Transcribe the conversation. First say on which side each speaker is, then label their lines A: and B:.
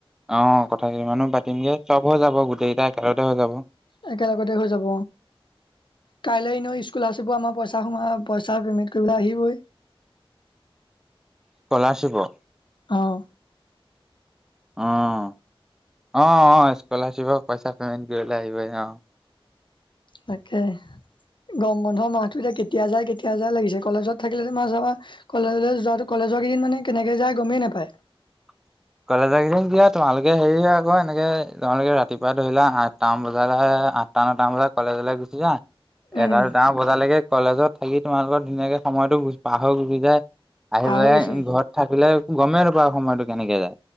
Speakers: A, in the centre; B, on the left.
A: অ' কথা কেইটামান পাতিমগে চ'ব হৈ যাব গোটেই কেইটা একেলগতে হৈ যাব।
B: এই একেলগতে হৈ যাব কাইলে। এনো স্কুলাৰশ্বিপ আমাৰ পইচা সোমা পইচা পেমেন্ট কৰিবলৈ আহিবই।
A: স্কলাৰশ্বিপৰ।
B: অ'
A: অ' অ' অ' স্কলাৰশ্বিপ পইচা পেমেন্ট কৰিবলে আহিব অ'।
B: তাকে। গৰম বন্ধ মাহতটো এতিয়া কেতিয়া যায় কেতিয়া যায় লাগিছে কলেজত থাকিলে মাহ যাবা কলেজলৈ যোৱা কলেজলৈ কলেজ কেইদিন মানে কেনেকে যায় গমেইে নাপায়।
A: <unintelligible> কলেজ কিদিন কি আ তোমালোকে হেৰি হয় আকৌ এনেকে তোমালোকে ৰাতিপুৱা ধৰিলা আঠটামান বজাল আঠ আঠটা নটামান বজাত কলেজলৈ গুচি যায়
B: উম
A: এটাৰ দুটামান বজালৈকে কলেজত থাকি। তোমালোকৰ ধুনীয়াকে সময়তো পাহ হৈ গুচি যায় আহি
B: পাৰ
A: পেলাই
B: হৈ গৈছে
A: ঘৰত থাকিলে। গমে নোপাৱাৰ সময়টো কেনেকে যায়।